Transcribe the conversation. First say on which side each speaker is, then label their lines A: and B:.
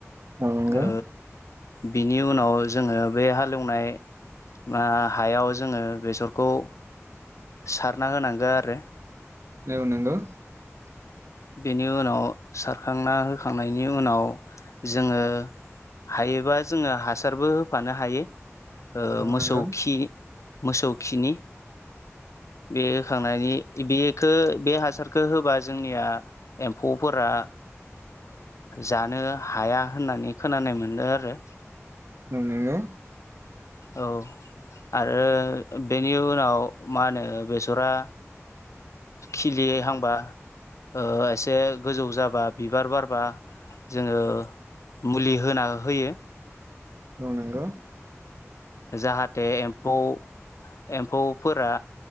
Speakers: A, on the right; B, on the left.
A: अ नंगौ
B: ओ बिनि उनाव जोङो बे हालेवनाय बा हायाव जोङो बेसरखौ सारना होनांगौ आरो
A: औ नंगौ
B: बेनि उनाव सारखांना होखांनायनि उनाव जोङो हायोबा जोङो हासारबो होफानो हायो ओ
A: औ
B: मोसौ
A: नंगौ
B: खि मोसौ खिनि बे होखांनायनि बेखो बे हासारखौ होबा जोंनिया एम्फौफोरा जानो हाया होननानै खोनानाय मोनो आरो
A: नंगौ
B: औ आरो बेनि उनाव मा होनो बेसरा खिलियै हांबा ओ एसे गोजौ जाबा बिबार बारबा जोङो मुलि होना होयो
A: ओं नंगौ
B: जाहाथे एम्फौ एम्फौफोरा